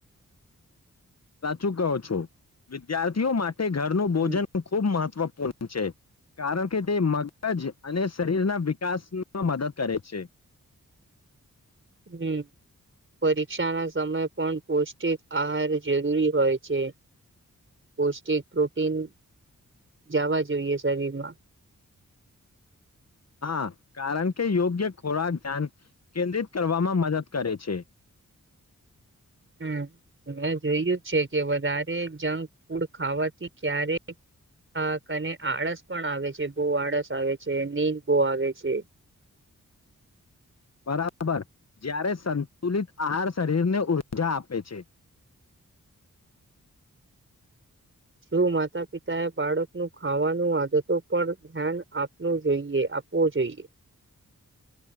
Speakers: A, on the left; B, on the right.
A: સાચું કહો છો વિદ્યાર્થીઓ માટે. ઘરનું ભોજન
B: હમ
A: ખુબ મહત્વ છે કારણ કે તે મગજ અને શરીરના વિકાસમાં મદદ કરે છે.
B: હમ પરીક્ષા ના સમયે પણ પૌષ્ટિક આહાર જરૂરી હોય છે, પૌષ્ટિક પ્રોટીન જવા જોઈએ શરીરમાં.
A: હા કારણ કે યોગ્ય ખોરાક ધ્યાન કેન્દ્રિત કરવામાં મદદ કરે છે.
B: હમ મેં જોયું જ છે કે વધારે જંક ફૂડ ખાવાથી ક્યારેાકને આળસ પણ આવે છે, બહુ આળસ આવે છે નીંદ બહ આવે છે.
A: બરાબર જ્યારે સંતુલિત આહાર શરીરને ઉઊર્જા આપે છે.
B: જો માતા પિતાએ બાળકનું ખાવાનું આદતો પર ધ્યાન આપવું જોઈએ આપવું જોઈએ.